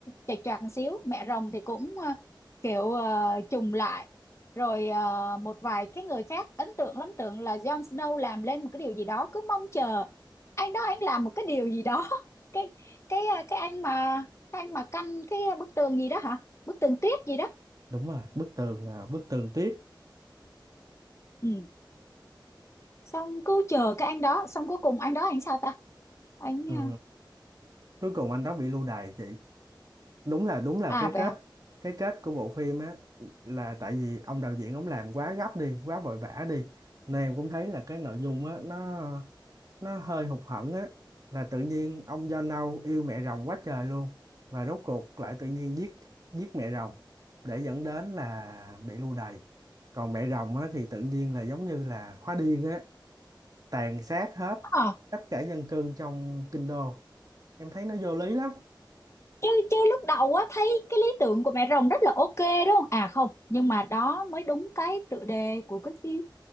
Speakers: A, on the left; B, on the right.
A: chệch choạc một xíu mẹ rồng thì cũng ờ, kiểu ờ, trùng lại rồi ờ, một vài cái người khác ấn tượng lắm tưởng là Jon Snow làm lên một cái điều gì đó cứ mong chờ anh đó anh làm một cái điều gì đó <laughs> cái cái ờ, cái anh mà cái anh mà canh cái bức tường gì đó hả bức tường tuyết gì đó
B: đúng rồi bức tường à, bức tường tuyết
A: ừ xong cứ chờ cái anh đó xong cuối cùng anh đó anh sao ta anh
B: ừ.
A: à
B: cuối cùng anh đó bị lưu đày chị đúng là đúng là
A: à,
B: cái
A: vậy
B: kết
A: hả
B: cái kết của bộ phim á là tại vì ông đạo diễn ông làm quá gấp đi quá vội vã đi nên em cũng thấy là cái nội dung á nó nó hơi hụt hẫng á là tự nhiên ông do nâu yêu mẹ rồng quá trời luôn và rốt cuộc lại tự nhiên giết giết mẹ rồng để dẫn đến là bị lưu đày còn mẹ rồng á thì tự nhiên là giống như là hóa điên á tàn sát hết
A: ờ
B: tất cả dân cư trong kinh đô em thấy nó vô lý lắm
A: chứ chứ lúc đầu á thấy cái lý tưởng của mẹ rồng rất là ok đúng không à không nhưng mà đó mới đúng cái tựa đề của cái phim